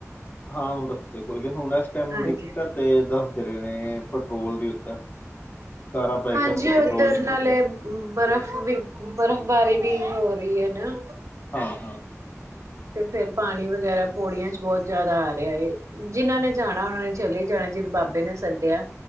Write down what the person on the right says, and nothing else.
ਹਾਂਜੀ
ਹਾਂਜੀ
ਉਧਰ
ਨਾਲੇ
ਬਰਫ਼ ਦੀ ਬਰਫ਼ਬਾਰੀ ਵੀ ਹੋਰੀ ਹੋ ਰਹੀ ਏ ਨਾ
ਤੇ ਫੇਰ ਪਾਣੀ ਵਗੈਰਾ ਪੌੜੀਆਂ ਚ ਬਹੁਤ ਜਿਆਦਾ ਆ ਰਿਹਾ ਇਹ ਜਿਨਾਂ ਨੇ ਜਾਣਾ ਉਹਨਾਂ ਨੇ ਚਲੇ ਜਾਣਾ। ਜਿਹਨੂੰ ਬਾਬੇ ਨੇ ਸੱਦਿਆ।